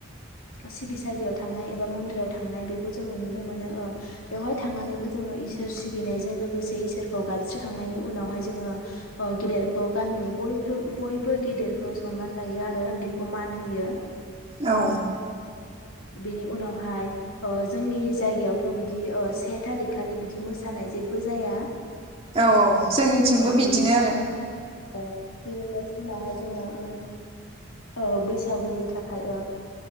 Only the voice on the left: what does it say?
सिबिसालियाव थांनाय एबा मन्दिराव थांनाय बेखौ जोङो नुनो मोनो ओ बेवहाय थांनानैबो जोङो इसोर सिबिनायजों लोगोसे इसोरखौ गाबज्रिखांनायनि उनावहाय जोङो ओ गेदेरखौ गामिनि बयबो गेदेरखौ सनमान लायो आरो उन्दैखौ मान होयो।
बिनि उनावहाय जोंनि जायगायावथ बिदि से थारिख खालि बिदि मोसानाय जेबो जाया।
औ
बिनि
बिनि नेक्स्ट दिनावहाय जोङो उम ओ बैसागुनि थाखाय ओं